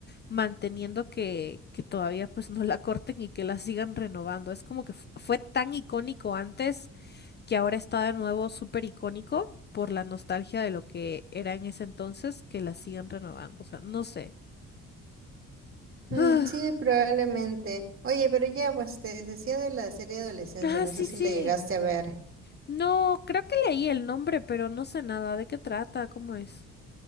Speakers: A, on the left (about 35°); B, on the right (about 45°).
A: manteniendo que, que todavía pues no la corten y que la sigan renovando. Es como que fu- fue tan icónico antes que ahora está de nuevo súper icónico por la nostalgia de lo que era en ese entonces, que la siguen renovando. O sea, no sé.
B: Mm,
A: <gasps> Ah,
B: sí, probablemente. Oye, pero ya, pues te decía de la serie de adolescencia,
A: ah,
B: no
A: sí,
B: sé si
A: sí.
B: la llegaste a ver.
A: No, creo que leí el nombre, pero no sé nada. ¿De qué trata? ¿Cómo es?